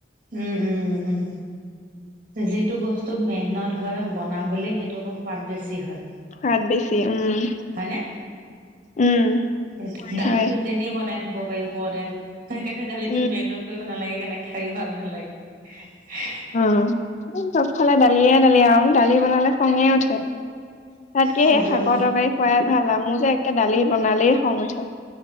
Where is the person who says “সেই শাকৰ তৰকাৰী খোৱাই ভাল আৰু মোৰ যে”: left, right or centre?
Left